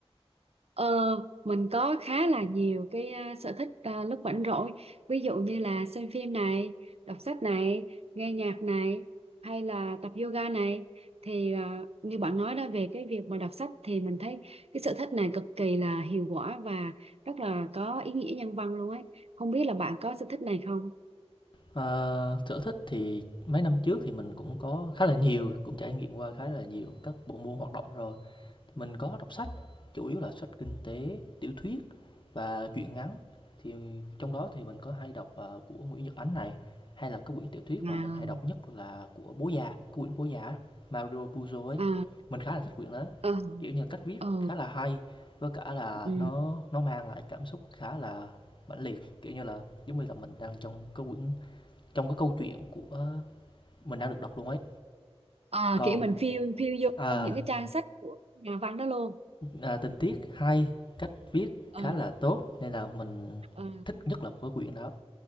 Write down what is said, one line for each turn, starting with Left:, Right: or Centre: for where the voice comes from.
Right: Ờ, mình có khá là nhiều cái à, sở thích à, lúc rảnh rỗi ví dụ như là xem phim này đọc sách này nghe nhạc này hay là tập yoga này thì à, như bạn nói đó về cái việc mà đọc sách thì mình thấy cái sở thích này cực kỳ là hiệu quả và rất là có ý nghĩa nhân văn luôn ấy không biết là bạn có sở thích này không
Left: Ờ, sở thích thì mấy năm trước thì mình cũng có khá là nhiều, cũng trải nghiệm qua khá là nhiều các bộ môn hoạt động rồi. Mình có đọc sách, chủ yếu là sách kinh tế, tiểu thuyết và truyện ngắn. Thì trong đó thì mình có hay đọc, ờ, của Nguyễn Nhật Ánh này, hay là cái quyển tiểu thuyết
Right: À,
Left: mà mình hay đọc nhất là của Bố Già, quyển Bố Già á, Mario Puzo ấy.
Right: à
Left: Mình khá là thích quyển đó,
Right: ờ
Left: kiểu như, cách viết
Right: ờ
Left: khá là hay, với cả là
Right: ừ
Left: nó nó mang lại cảm xúc khá là mãnh liệt, kiểu như là, giống như là mình đang trong cái quyển trong cái câu chuyện của mình đang được đọc luôn ấy.
Right: à,
Left: Còn,
Right: kiểu mình phiêu phiêu du
Left: à,
Right: trong những cái trang sách của nhà văn đó luôn
Left: À, tình tiết hay, cách viết
Right: ờ
Left: khá là tốt nên là mình
Right: ờ.
Left: thích nhất là cái quyển đó.